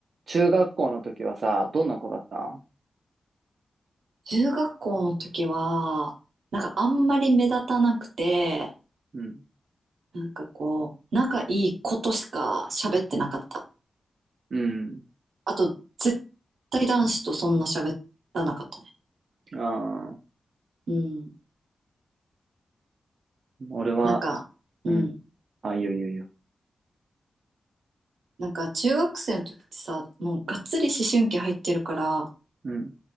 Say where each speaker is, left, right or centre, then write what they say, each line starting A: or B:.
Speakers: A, on the right; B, on the right.
A: 中学校の時はさ、どんな子だった
B: 中学校の時は、なんかあんまり目立たなくて、
A: うん。
B: なんかこう、仲いい子としか喋ってなかった。
A: うん。
B: あと、絶対男子とそんな喋らなかったね。
A: ああ、
B: うん。
A: 俺は、
B: なんか、
A: うん。
B: うん。
A: あ、いいよいいよいいよ。
B: なんか中学生の時ってさ、もうがっつり思春期入ってるから、
A: うん。